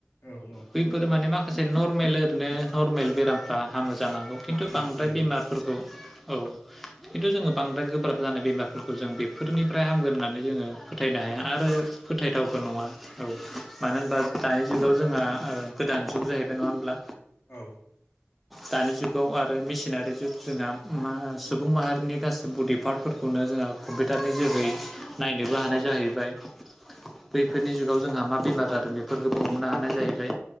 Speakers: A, on the left; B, in the centre.
A: औ औ
B: बैफोरो माने माखा माखासे नर्मेल ओरैनो नर्मेल बेरामफ्रा हामोसै । जानांगौ खिनथु
A: हामनाय
B: फ्राय
A: जायो
B: बेमारफोरखौ औ खिन्थु जोङो बां बांद्राय गोब्राब जानाय बेमारफोरखौ जों बेफोरनिफ्राय हामगोन होननानै जोङो फोथायनो हाया
A: आसा
B: आरो फोथायथाव बो नङा औ मानो होम्बा दानि जुगाव जोंहा ओ गोदान जुग जाहैदों नङा होमब्ला
A: औ
B: दानि जुंगाव आ रो मेचिनारि जुग जोंहा मा सुबुं माहारिनि गासै बडि पार्टफोरखौनो जोंहा कम्पिउटारनि जोहै नायनोबो हानाय जाहैबाय
A: औ
B: बैफोरनि जुगाव जोंहा मा बेमार जादों बेफोरखौबो हमनो हानाय जाहैबाय